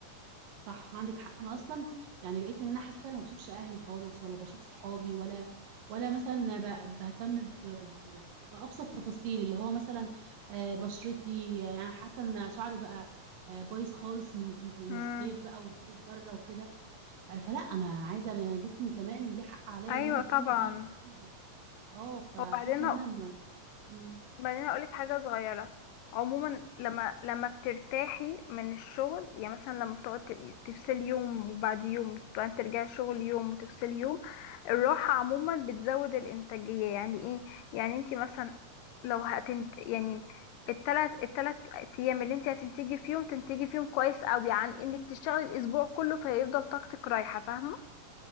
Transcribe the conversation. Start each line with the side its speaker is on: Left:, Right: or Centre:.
Right: صح عندك حق انا اصلا يعني بقيت ان انا حاسه انا ما بشوفش اهلي خالص ولا بشوف صحابي ولا ولا مثلا ب- بهتم ب... ب... بابسط تفاصيل اللي هو مثلا آه، بشرتي آه، يعني حاسه ان شعري بقى آه، بايظ خالص من من
Left: امم
Right: الصيف بقى والخروج بره وكده آه، فلا انا عايزه انا جسمي كمان ليه حق عليا
Left: ايوه
Right: ان انا اهتم
Left: طبعا
Right: بيه أهلي. اه فحاسه
Left: وبعدين
Right: ان انا م... امم
Left: بعدين اقول لك حاجه صغيره عموما لما لما بترتاحي من الشغل يعني مثلا لما بتقعد ت- تفصلي يوم وبعد يوم بعدين ترجعي شغل يوم وتفصلي يوم الراحه عموما بتزود الانتاجيه يعني ايه يعني انت مثلا لو هتنت يعني التلات التلات ايام اللي انت هتنتجي فيهم تنتجي فيهم كويس قوي عن انك تشتغلي الاسبوع كله فيفضل طاقتك رايحه فاهمه